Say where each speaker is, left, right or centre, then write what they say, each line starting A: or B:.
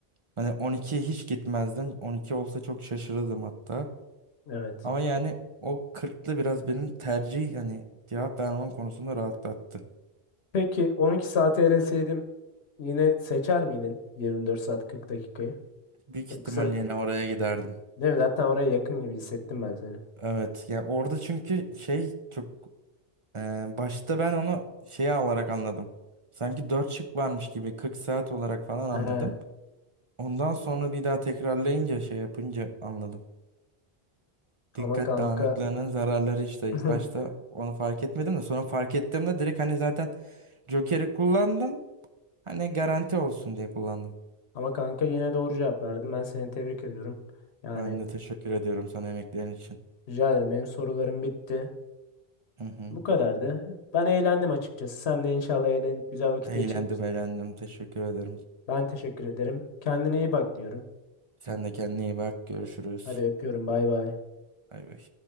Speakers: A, on the right; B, on the left.
A: Hani 12'ye hiç gitmezdim. 12 olsa çok şaşırırdım hatta.
B: Evet.
A: Ama yani o 40'lı biraz benim tercih yani cevap vermem konusunda rahatlattı.
B: Peki 12 saate eleseydim yine seçer miydin 24 saat 40 dakikayı?
A: Büyük ihtimal
B: Yoksa
A: yine oraya giderdim.
B: değil mi? Zaten oraya yakın gibi hissettim ben seni.
A: Evet ya orada çünkü şey çok e, başta ben onu şeye alarak anladım. Sanki 4 şık varmış gibi 40 saat olarak falan anladım.
B: He,
A: Ondan sonra bir daha tekrarlayınca şey yapınca anladım. Dikkat
B: ama kanka
A: dağınıklığının zararları işte
B: <laughs>
A: ilk başta onu fark etmedim de sonra fark ettiğimde direkt hani zaten Joker'i kullandım. Hani garanti olsun diye kullandım.
B: ama kanka yine doğru cevap verdin. Ben seni tebrik ediyorum. Yani
A: Ben de teşekkür ediyorum sana emeklerin için.
B: rica ederim benim sorularım bitti.
A: Hı hı.
B: Bu kadardı. Ben eğlendim açıkçası. Sen de inşallah eğlenip güzel vakit
A: Eğlendim
B: geçirmişsin.
A: eğlendim teşekkür ederim.
B: Ben teşekkür ederim. Kendine iyi bak diyorum.
A: Sen de kendine iyi bak. Görüşürüz.
B: Hadi öpüyorum. Bay bay.
A: Bay bay.